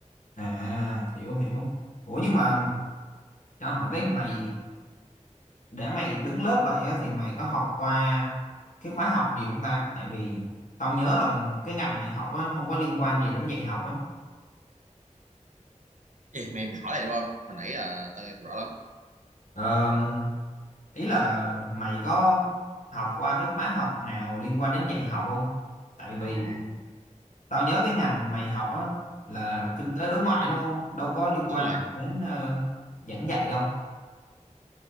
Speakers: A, on the left (about 80°); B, on the right (about 75°).
A: à hiểu hiểu. Ủa nhưng mà tao hỏi tới mày để mày đứng lớp vậy á, thì mày có học qua cái khóa học gì không ta? Tại vì tao nhớ là cái ngành mày học á không có liên quan gì đến dạy học á.
B: gì mày mày hỏi lại được không hồi nãy ờ, tao nghe không rõ lắm
A: Ờ, ý là mày có học qua cái khóa học nào liên quan đến dạy học không? Tại vì
B: à
A: Tao nhớ cái ngành mày học á là kinh tế đối ngoại đúng không? Đâu có liên quan
B: đúng rồi
A: đến ờ, giảng dạy đâu.